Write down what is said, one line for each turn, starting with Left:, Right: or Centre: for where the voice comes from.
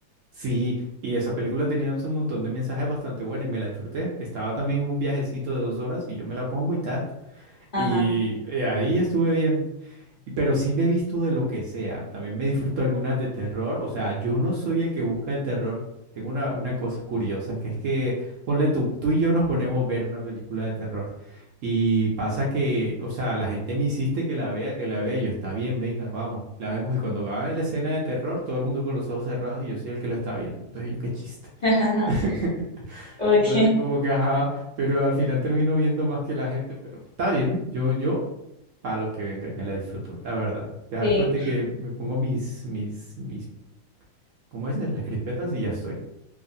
Right: Sí, y esa película tenía un montón de mensajes bastante buenos y me la disfruté. Estaba también en un viajecito de dos horas y yo me la pongo y tal.
Left: Ajá.
Right: Y eh, ahí estuve bien. Y- Pero sí me he visto de lo que sea. También me disfruto algunas de terror. O sea, yo no soy el que busca el terror. Tengo una, una cosa curiosa, que es que, ponle tú, tú y yo nos ponemos a ver una película de terror. Y pasa que, o sea, la gente me insiste que la vea, que la vea. y yo, está bien, venga, vamos, la vemos. Y cuando va a la escena de terror, todo el mundo con los ojos cerrados y yo soy el que lo está viendo. Entonces yo, qué chiste.
Left: <laughs>
Right: <laughs>
Left: Ok,
Right: Entonces, como que, ajá, pero al final termino viendo más que la gente. Pero está bien, yo, yo para lo que venga y me la disfruto, la verdad. Ya
Left: sí.
Right: después de que me pongo mis, mis, mis, ¿cómo es? Las crispetas y ya estoy.